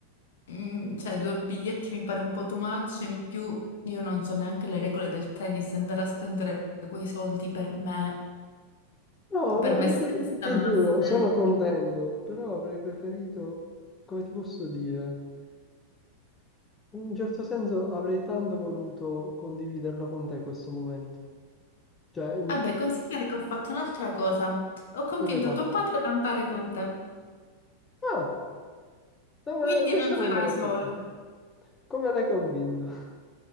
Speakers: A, on the left (about 60°); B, on the left (about 15°).
A: Mm, cioè, due biglietti mi pare un po' too much, in più io non so neanche le regole del tennis, e andare a spendere quei soldi per me,
B: No,
A: per
B: vabbè,
A: me
B: pre-
A: stessa
B: pre- ti
A: non
B: giuro,
A: ha senso.
B: sono contento, però avrei preferito, come ti posso dire, in un certo senso avrei tanto voluto condividerlo con te questo momento. Cioè, un-
A: Vabbè, considera che ho fatto un'altra cosa. Ho convinto
B: cosa hai fatto?
A: tuo padre ad andare con te.
B: Ah, No, ma
A: Quindi
B: questa
A: non sarai
B: non me l'aspettavo.
A: solo.
B: Come l'hai convinto? <laughs>